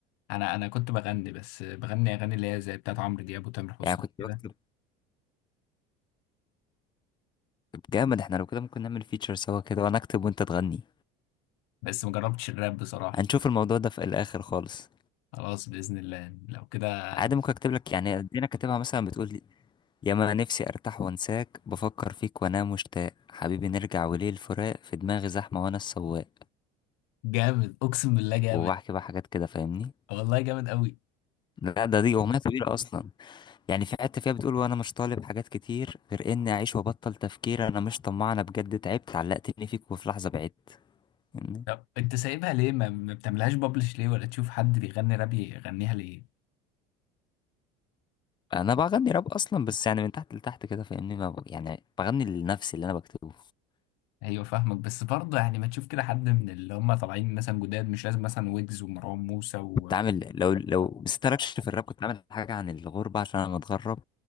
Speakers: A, on the left; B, on the left.
A: انا انا كنت بغني بس بغني اغاني اللي هي زي بتاعت عمرو دياب وتامر حسني
B: يعني كنت
A: كده
B: بكتب جامد احنا لو كده ممكن نعمل فيتشر سوا كده وأنا أكتب وأنت تغني
A: بس ما جربتش الراب بصراحة
B: هنشوف الموضوع ده في الآخر خالص
A: خلاص بإذن الله لو كده
B: عادي ممكن اكتب لك يعني ادينا كاتبها مثلا بتقول ياما نفسي ارتاح وانساك بفكر فيك وانام مشتاق حبيبي نرجع وليه الفراق في دماغي زحمه وانا السواق
A: جامد اقسم بالله جامد
B: وبحكي بقى حاجات كده فاهمني
A: والله جامد قوي
B: لا ده دي اغنيه كبيره اصلا يعني في حته فيها بتقول وانا مش طالب حاجات كتير غير اني اعيش وابطل تفكير انا مش طماع انا بجد تعبت علقتني فيك وفي لحظه بعدت فاهمني؟
A: طب انت سايبها ليه ما ما بتعملهاش بابلش ليه ولا تشوف حد بيغني راب يغنيها ليه
B: انا بغني راب اصلا بس يعني من تحت لتحت كده فاهمني ما ب... يعني بغني لنفسي اللي انا بكتبه
A: ايوه فاهمك بس برضه يعني ما تشوف كده حد من اللي هم طالعين مثلا جداد مش لازم مثلا ويجز ومروان موسى و...
B: كنت عامل لو لو بس تركش في الراب كنت عامل حاجة عن الغربة عشان أنا متغرب